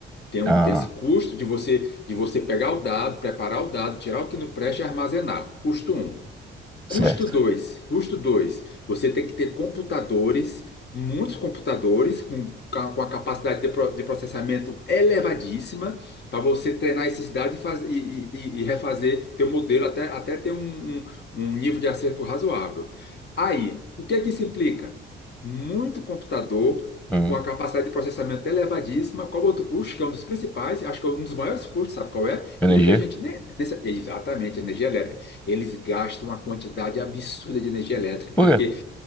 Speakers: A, on the left; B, in the centre.
A: Tem, um-
B: Ah,
A: tem esse custo de você, de você pegar o dado, preparar o dado, tirar o que não presta e armazenar. Custo um.
B: certo.
A: Custo dois custo dois Você tem que ter computadores, muitos computadores, com, ca- com a capacidade de, pro- de processamento elevadíssima, para você treinar esses dados e, faz, e, e, e refazer teu modelo até, até ter um, um, um nível de acerto razoável. Aí, o que é que isso implica? Muito computador
B: Hum.
A: com a capacidade de processamento elevadíssima. Qual outro custo, que é um dos principais, acho que é um dos maiores custos, sabe qual é?
B: Energia?
A: Que muita gente nem... nesse- Exatamente, energia elétrica eles gastam uma quantidade absurda de energia elétrica,
B: Por
A: porque,
B: quê?